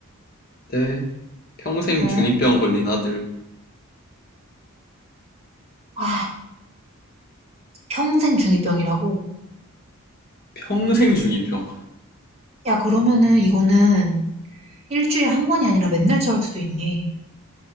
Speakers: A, on the left; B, on the right.
A: 대 평생
B: 응?
A: 중이병 걸린 아들.
B: 아, 평생 중이병이라고?
A: 평생 중이병.
B: 야, 그러면은 이거는 일주일에 한 번이 아니라 맨날 저럴 수도 있네.